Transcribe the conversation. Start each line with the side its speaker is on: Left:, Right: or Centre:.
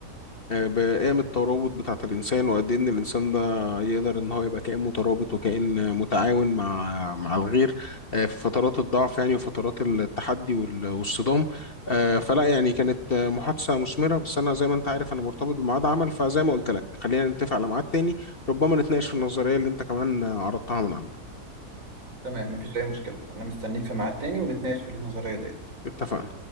Left: آه، بقيم الترابط بتاعة الإنسان وقد إيه إن الإنسان ده يقدر إن هو يبقى كائن مترابط وكائن متعاون مع مع الغير آه، في فترات الضعف يعني وفترات التحدي وال- والصدام آه، فلا يعني كانت آه، محادثة مثمرة بس أنا زي ما أنت عارف أنا مرتبط بميعاد عمل فزي ما قلت لك خلينا نتفق على ميعاد تاني ربما نتناقش في النظرية اللي أنت كمان آه، عرضتها من عندك
Right: تمام مفيش أي مشكلة أنا مستنيك في ميعاد تاني ونتناقش في النظرية دي
Left: اتفقنا